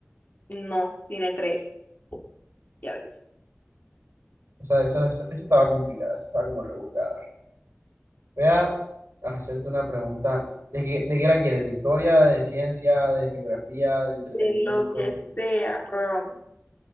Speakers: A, on the left; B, on the right.
A: No, tiene tres. Ya ves.
B: Esa, esa, esa- esa estaba complicada, esa estaba como rebuscada. Voy a hacerte una pregunta. ¿De qué, de qué la quieres? ¿De historia, de ciencia, de geografía, de entretenimiento,
A: De lo que sea, pruébame.